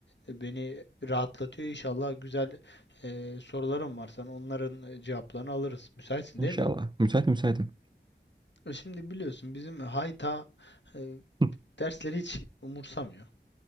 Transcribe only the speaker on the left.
beni rahatlatıyor. İnşallah güzel e, sorularım var sana. Onların e, cevaplarını alırız. Müsaitsin
değil mi?
E, Şimdi biliyorsun bizim hayta e,
dersleri hiç umursamıyor.